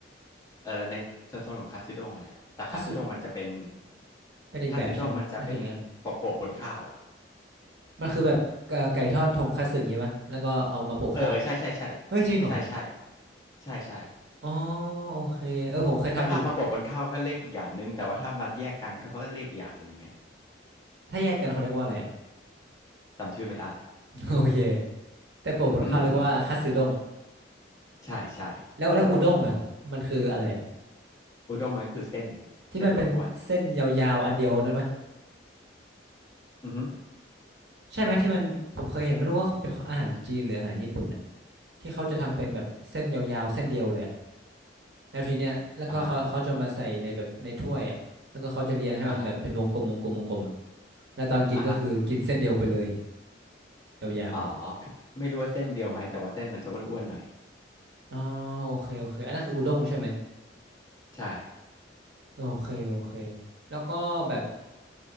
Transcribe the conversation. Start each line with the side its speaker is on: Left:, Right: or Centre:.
Left: เออในโซนของคัตสึด้งอะแหละแต่คัตสึด้งมันจะเป็น
Right: คัตสึเป็นอีกแบบใช่ไหมนั่นคืออีกอัน
Left: คัตสึด้งมันจะเป็นโปะโปะบนข้าว
Right: มันคือแบบเอ่อไก่ทอดทงคัตสึอย่างงี้ปะแล้วก็เอามาโปะข้าว
Left: เออเออใช่ใช่ใช่
Right: เฮ้ยจริงเหรอ
Left: ใช่ใช่ใช่ใช่
Right: อ๋อโอเคเออผมเคยทำอยู่
Left: ก็ถ้ามาโปะบนข้าวก็เรียกอีกอย่างหนึ่งแต่ว่าถ้ามาแยกกันก็เขาก็เรียกอีกอย่างหนึ่งเนี้ย
Right: ถ้าแยกกันเขาเรียกว่าอะไรอะ
Left: จำชื่อไม่ได้
Right: <laughs> โอเคแต่โปะบนข้าวเรียกว่าคัตสึด้ง
Left: <laughs> ใช่ใช่
Right: แล้วแล้วอุด้งอะมันคืออะไรอะ
Left: อุด้งมันก็คือเส้นเส้นอ้วน
Right: ที่มันเป็นเส้นยาวๆอันเดียวนั้นปะ
Left: ๆอือฮึ
Right: ใช่ไหมที่มันผมเคยเห็นไม่รู้ว่าเป็นอาหารจีนหรืออาหารญี่ปุ่นน่ะที่เขาจะทำเป็นแบบเส้นยาวๆเส้นเดียวเลยอะแล้วทีเนี้ยแล้วก็เขาเขาจะมาใส่ในแบบในถ้วยอ่ะแล้วก็เขาจะเรียงให้มันแบบเป็นวงกลมวงกลมวงกลมอะ
Left: อ่าฮะอ่าฮะ
Right: แล้วตอนกินก็คือกินเส้นเดียวไปเลย
Left: อ่าฮะ
Right: ยาว
Left: อ๋อคือไม่รู้ว่าเส้นเดียวไหมแต่ว่าเส้นมันจะอ้วนๆหน่อย
Right: ๆอ๋อโอเคโอเคอันนั้นคืออุด้งใช่ไหม
Left: ใช่
Right: โอเคโอเคแล้วก็แบบ